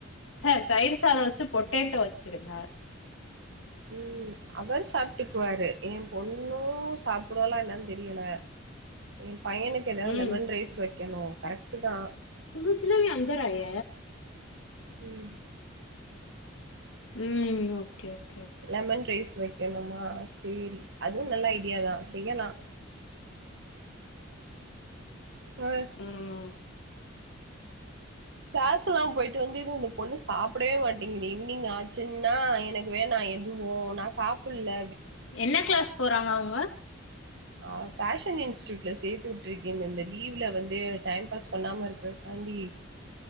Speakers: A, on the left (about 70°); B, on the right (about 60°).
A: ஹ தயிர் சாதொ வச்சு பொட் டேட்டோ வச்சிருங்க
B: ம் அவர் சாப்டுக்குவாரு எ பொண்ணு சாப்புடுவாலா என்னன் தெரியல எ பையனுக்கு எதாவ்
A: ம்
B: லெமன் ரைஸ் வக்கெணு கரெக்டு தா
A: துமச்னாமி அந்தர் ஆய
B: உம்
A: ம் okay okay okay
B: lemon rice வை ணுமா சேரி அதுவும் நல்லா முடியாதான் செய்யலாம் ஆஹ
A: ம்
B: கிளாஸ் எல்லா போயிட்டு வந்து இதுவு இந்த பொண்ணு சாப்புடவே மாட்டெங்குது ஈவ்னிங் ஆச்சுன்னா எனக்கு வேணா எதுவு‌ நா சாப்புல்ல
A: என்ன கிளாஸ் போறாங்க அவுங்க
B: ஆஹ் பேஷன் இன்ஸ்டூட்ல சேர்த்து விட்டு இருக்கேன் இந்த இந்த லீவ்ல வந்து டைம் பாஸ் பண்ணாம இருக்ககாண்டி